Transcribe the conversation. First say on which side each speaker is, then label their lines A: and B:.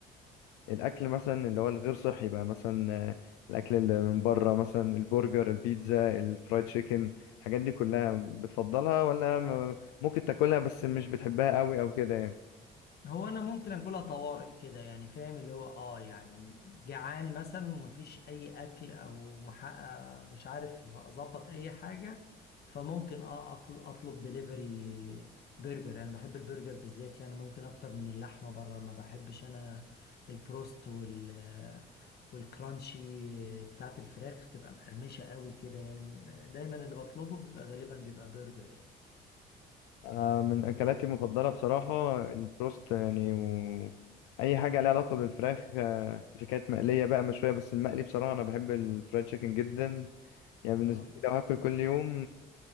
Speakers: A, on the left; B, on the left.
A: الاكل مثلا اللي هو الغير صحي بقى مثلا آه، الاكل اللي من بره مثلا البرجر البيتزا الفرايد تشيكن الحاجات دي كلها بتفضلها ولا م- ممكن تاكلها بس مش بتحبها قوي او كده يعني
B: هو انا ممكن اكلها طوارئ كده يعني فاهم اللي هو اه يعني جعان مثلا ومفيش اي اكل او محقق مش عارف اظبط اي حاجه فممكن اه أطل اطلب دليفري برجر انا بحب البرجر بالذات يعني ممكن اكتر من اللحمه بره ما بحبش انا البروست وال والكرانشي بتاعت الفراخ تبقى مقرمشه قوي كده يعني دايما اللي بطلبه بيبقى غالبا بيبقى برجر يعني
A: انا من اكلاتي المفضله بصراحه البروست يعني و... اي حاجه ليها علاقه بالفراخ آه، اذا كانت مقليه بقى مشويه بس المقلي بصراحه انا بحب الفرايد تشيكن جدا يعني بالنسبه
B: آه.
A: لي لو هاكل كل يوم